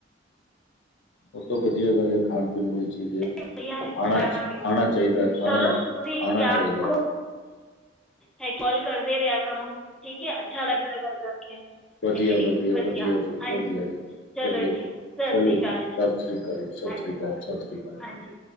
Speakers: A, on the left; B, in the centre.
A: ਸਭ ਤੋਂ ਬਦੀਆ ਗੱਲ ਹੈ, ਏਹ ਖਾਣ ਪੀਣ ਵਾਲੀ ਚੀਜ਼। ਚੀਜ ਏ,
B: ਵਧੀਆ ਅੱਛਾ
A: ਖਾਣਾ,
B: ਨਾ ਵੀ
A: ਖਾਣਾ ਚਾਹੀਦਾ ਏ, ਖਾਣਾ,
B: ਚਲੋ ਤੁਸੀਂ
A: ਖਾਣਾ
B: ਤਿਆਰ
A: ਚਾਹੀਦਾ
B: ਰੱਖੋ
A: ਯਾ।
B: ਹੈ ਕੋਲ ਕਰਦੇ ਰੇਹਾ ਕਰੋ, ਠੀਕ ਏ? ਅੱਛਾ ਲੱਗਦਾ ਏ ਗੱਲ ਕਰਕੇ।
A: ਵਦੀਆ
B: ਹੈ ਕਿ ਨਹੀਂ
A: ਵਦੀਆ
B: ਵਧੀਆ
A: ਵਦੀਆ ਜੀ,
B: ਹਾਂਜੀ
A: ਵਦੀਆ ਜੀ,
B: ਚਲੋ
A: ਵਦੀਆ ਜੀ,
B: ਸਤਿ
A: ਚਲੋ
B: ਸ਼੍ਰੀ ਅਕਾਲ
A: ਜੀ। ਸਤਿ ਸ਼੍ਰੀ ਅਕਾਲ, ਸਤਿ
B: ਹਾਂਜੀ
A: ਸ਼੍ਰੀ ਅਕਾਲ, ਸਤਿ ਸ਼੍ਰੀ ਅਕਾਲ।
B: ਹਾਂਜੀ